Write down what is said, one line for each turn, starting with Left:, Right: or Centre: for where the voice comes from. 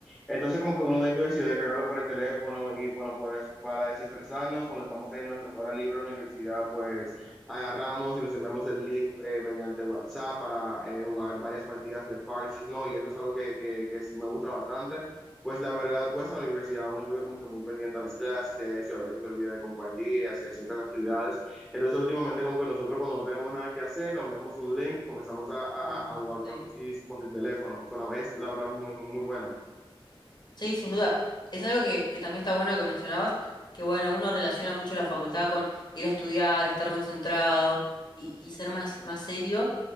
Centre: Entonces, como que uno de ellos decidió descargarlo por el teléfono y, bueno, pues, para desestresarnos, cuando estamos en nuestras horas libres en la universidad, pues, agarramos y nos enviamos el link eh, mediante WhatsApp para eh, jugar varias partidas de Parchis, ¿no? Y eso es algo que, que, que sí me gusta bastante pues la verdad, pues en la universidad uno vive como que muy pendiente a las clases y a eso, y a veces se olvida de compartir y hacer ciertas actividades. Entonces, últimamente, como que nosotros cuando no tenemos nada que hacer, nos enviamos un link y comenzamos a, a,
Left: Mm,
Centre: a jugar
Left: Sí.
Centre: parches por el teléfono. Suena- es la verdad muy, muy, muy bueno.
Left: Sí, sin duda. Es algo que, que también está bueno que mencionabas, que bueno, uno relaciona mucho la facultad con ir a estudiar, estar concentrado y, y ser más, más serio.